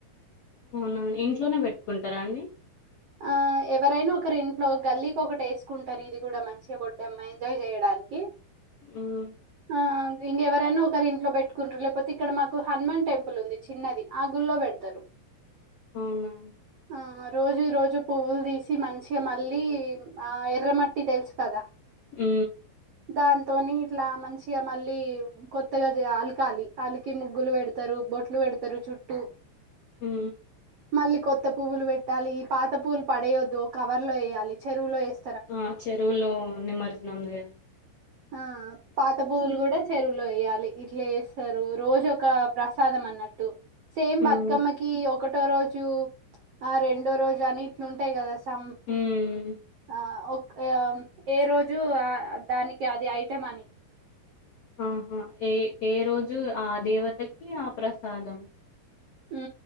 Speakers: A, on the left; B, on the right.
A: అవునా ఇంట్లోనే పెట్టుకుంటారండి
B: ఆ ఎవరైనా ఒకరి ఇంట్లో గల్లీకి ఒకటి ఏసుకుంటారు ఇది కూడ మంచిగా బొడ్డెమ్మ ఎంజాయ్ చేయడానికి
A: హ్మ్
B: ఆ ఇంగేవరన్న ఒకరి ఇంట్లో పెట్టుకుంటు లేకపోతే ఇక్కడ మాకు హనుమాన్ టెంపుల్ ఉంది చిన్నది ఆ గుళ్లో పెడతారు
A: అవునా
B: ఆ రోజు రో జు పువ్వులు తీసి మంచిగా మళ్ళీ ఆ ఎర్రమట్టి తెలుసు కదా
A: హు
B: దంతోని ఇట్ల మంచిగా మళ్ళీ కొత్తగా అలకాలి అలికి ముగ్గులు పెడతారు బొ పెడతారు చుట్టు
A: హు
B: మళ్ళీ కొత్త పువ్వులు పెట్టాలి ఈ పాత పువ్వులు పడేయద్దు ఓ కవర్ లో వేయాలి చెరువులో ఎస్
A: ఆ చెరువుల్లో నిమజ్జనంజే
B: ఆ పాత బువులు కూడ చెరువులో ఏయాలి ఇట్ల ఎస్తారు రోజు ఒక ప్రసాదం అన్నట్టు సేమ్
A: హ్మ్
B: బతుకమ్మకి ఒకటో రోజు ఆ రెండో రోజు అని ఇట్లుంటాయి కదా తం
A: హ్మ్
B: ఆ ఒకే ఆ ఏ రోజు దాని ఆది ఐటమ్ అని
A: ఆహా ఏ ఎ రోజు ఆ దేవతకి ఆ ప్రసాదం
B: హు